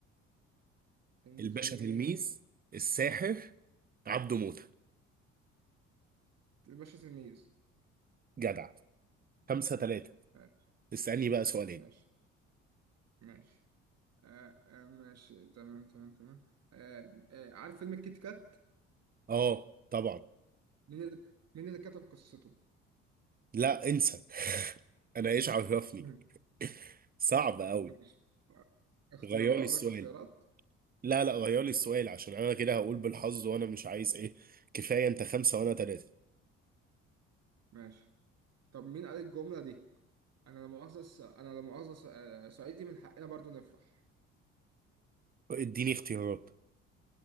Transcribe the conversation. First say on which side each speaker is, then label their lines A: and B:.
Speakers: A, on the right; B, on the right.
A: الجي
B: الباشا تلميذ الساحر عبده موته
A: الباشا تلميذ
B: جدع خمسة ثلاثة
A: ماشي
B: اسألني بقى سؤالين
A: ماشي ماشي آه آه ماشي تمام تمام تمام آه آه عارف فيلم الكيت كات
B: اه طبعا
A: مين اللي مين اللي كتب قصته
B: لا انسى <laughs> انا ايش عرفني
A: مم.
B: <laughs> صعب قوي
A: ماشي اختيارات
B: غير لي
A: اقول
B: السؤال
A: لك اختيارات
B: لا لا غير لي السؤال عشان انا كده هقول بالحظ وانا مش عايز ايه كفايه انت خمسه وانا ثلاثه
A: ماشي طب مين قال الجملة دي انا لما مؤاخذة انا لما مؤاخذة آه، صعيدي من حقنا برضو نفرح
B: اديني اختيارات